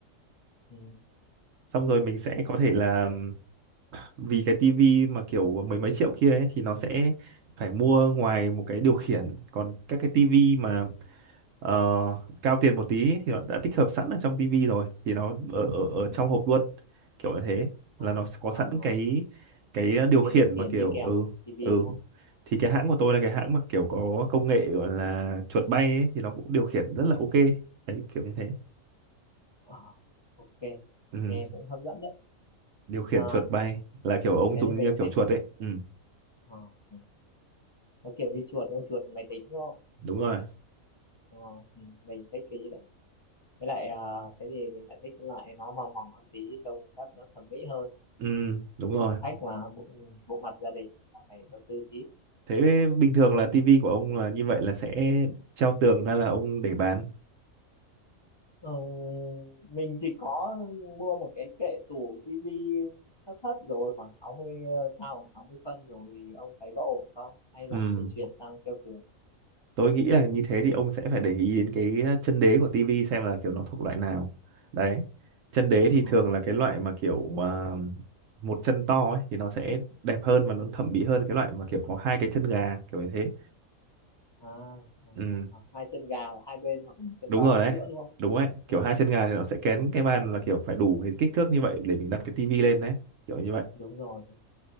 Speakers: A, on the left; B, on the right.
A: ừ.
B: xong rồi mình sẽ có thể là ừm, vì cái tivi mà kiểu mười mấy triệu kia ấy, thì nó sẽ phải mua ngoài một cái điều khiển còn các cái tivi mà ờ, cao tiền một tí thì nó đã tích hợp sẵn ở trong tivi rồi thì nó ở, ở ở trong hộp luôn kiểu như thế
A: À,
B: là nó có
A: à,
B: sẵn
A: à.
B: cái cái điều
A: Thế cái
B: khiển
A: điều
B: mà
A: khiển
B: kiểu
A: đi kèm
B: ừ
A: tivi
B: ừ
A: đúng không
B: thì cái hãng của
A: ừ.
B: tôi là cái hãng mà kiểu có công nghệ gọi là chuột bay ấy, thì nó cũng điều khiển rất là ok đấy kiểu như thế
A: à, ok
B: ừ.
A: nghe cũng hấp dẫn đấy
B: điều khiển
A: à,
B: chuột bay là kiểu ông
A: thế
B: dùng
A: thì mình
B: như kiểu
A: thích
B: chuột ấy ừ.
A: à, ừ. nó kiểu như chuột đúng không? chuột máy tính đúng không
B: đúng rồi
A: Ờ, ừ, mình thích cái ý đấy với lại à, thế thì mình lại thích cái loại nó mỏng mỏng hơn tí trông chắc nó thẩm mỹ hơn
B: ừ. đúng rồi
A: phòng khách mà bộ bộ mặt gia đình là phải đầu tư tí
B: thế bình thường là tivi của ông là như vậy là sẽ treo tường hay là ông để bán
A: Ờ, mình thì có mua một cái kệ tủ tivi thấp thấp rồi khoảng 60 ờ, cao khoảng 60 phân rồi thì ông thấy có ổn không hay là
B: ừ
A: phải chuyển sang treo tường
B: tôi nghĩ là như thế thì ông sẽ phải để ý đến cái ờ, chân đế của tivi xem là kiểu nó thuộc loại nào đấy chân đế
A: Ờ,
B: thì thường là cái loại mà kiểu à, một chân to ấy thì nó sẽ đẹp hơn và nó thẩm mỹ hơn cái loại mà kiểu có hai cái chân gà kiểu như thế
A: à, à,
B: ừ
A: à, à, hai chân gà ở hai bên hoặc là một chân
B: đúng
A: to
B: rồi
A: ở
B: đấy
A: giữa đúng không
B: đúng đấy
A: ừ,
B: kiểu hai chân
A: ừ,
B: gà thì
A: ừ,
B: nó sẽ kén cái bàn là kiểu phải đủ cái kích thước như vậy để mình đặt cái tivi lên đấy kiểu như vậy
A: đúng rồi